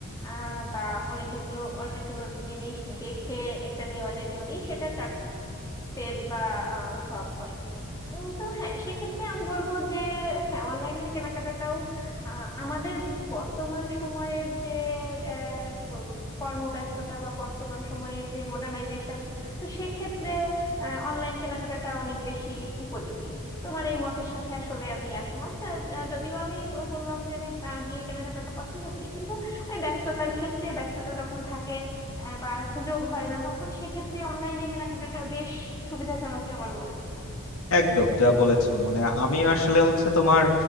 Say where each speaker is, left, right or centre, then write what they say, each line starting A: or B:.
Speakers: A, on the left; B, on the left.
A: আহ বা অনেকগুলো অনেকগুলো জিনিস দেখে একটা নেওয়া যায় যদি সেটা পেজ বা শপ হয় উম, তো হ্যাঁ সেক্ষেত্রে আমি বলবো যে হ্যাঁ অনলাইনের কেনাকাটাটাও আহ, আমাদের বর্তমান সময়ের যে আহ, কি বলবো কর্মব্যস্ততা বা বর্তমান সময়ের যে মডার্নাইজেশন তো সেক্ষেত্রে অনলাইন কেনাকাটাটা অনেক বেশি উপযোগী তোমার এই মতের সাথে আসলে আমি একমত আহ, যদিও আমি ব- বললাম যে আমি আহ, গিয়ে কেনাকাটাটা পছন্দ করি কিন্তু ওই ব্যস্ততার ক্ষেত্রে ব্যস্ততা যখন থাকে আহ, বা সুযোগ হয় না তখন সেক্ষেত্রে অনলাইনে কেনাকাটাটা বেশ সুবিধাজনকই আমার মনে হচ্ছে
B: একদম যা বলেছো মানে আমি আসলে হচ্ছে তোমার